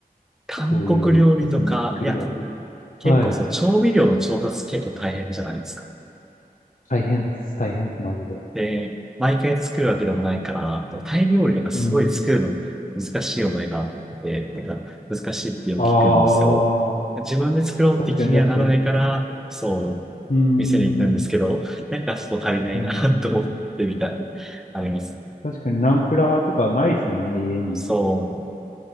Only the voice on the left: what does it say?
そういうエスニック料理。
はい。
大変っす、大変っす、マジで。
うん。
ああ、
確かにだって、
うーん、
うーん、
確かにナンプラーとかないですもんね、家に。